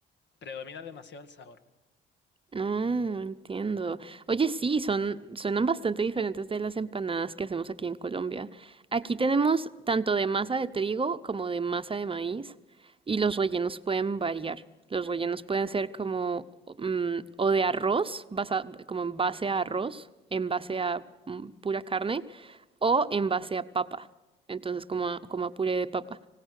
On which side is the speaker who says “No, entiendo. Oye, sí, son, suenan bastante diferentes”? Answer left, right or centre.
Right